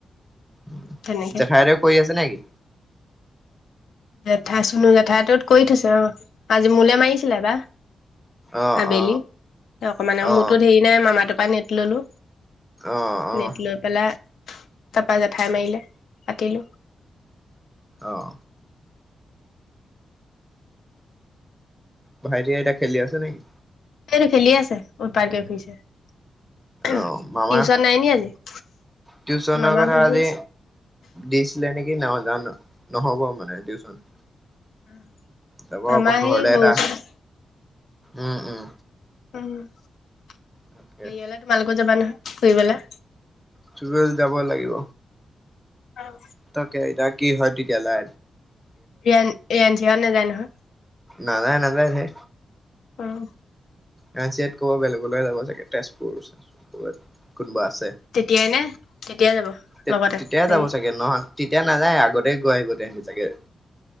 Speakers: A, in the centre; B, on the left.
A: উম
B: তেনেকে
A: জেঠাই হতেও কৰি আছে নেকি?
B: জেঠাই চুনো জেঠাই তোত কৰি থৈছে অঁ, আজি মোলে মাৰিছিলে এবাৰ
A: অ
B: আবেলি।
A: অ
B: অকমানে
A: অ
B: মোৰতোত ধেৰি নাই মামাতো পান এট ললো।
A: অ অ
B: নেট লৈ পেলাই তাৰপা জেঠায়ে মাৰিলে, পাতিলো।
A: অঁ। ভাইটি এটিয়া খেলি আছে নে'কি?
B: সেইটো খেলি আছে, উত্পাত কৰি ফুৰিছে।
A: অ মামা
B: টিউচন নাই নি আজি? <inaudible>
A: টিউচনৰ
B: মামা
A: কথা
B: বহি
A: আজি,
B: আছে
A: দিছিলে নি কি, নাজানো, নহ'ব মানে টিউচন।
B: উম। <unintelligible>
A: যাব
B: মামা
A: আকৌ
B: সেই
A: ঘৰলে
B: গৰু
A: এটা
B: ওচৰত আছে।
A: উম উম।
B: উম হেৰিয়ালে
A: তাকে
B: তোমাল- আকৌ যাবা নহয় ফুৰিবলে?
A: তুমিও যাব লাগিব
B: অহ
A: তাকে এতিয়া কি হয় তেতিয়ালে
B: এন এঞ্জিও নাযায় নহয়।
A: নাযায় নাযায়
B: অহ
A: কাঞ্চি ইয়াত ক'বা বেলেগলৈ যাব চাগে তেজপুৰত চেচপুৰ কোনবা আছে
B: তেতিয়াই নে তেতিয়াই যাব
A: তে
B: লগতে
A: তেতিয়াই
B: নেকি?
A: যাব চাগে নহয় তেতিয়া নাযায় আগতে গৈ আহিব তেনেহলে চাগে-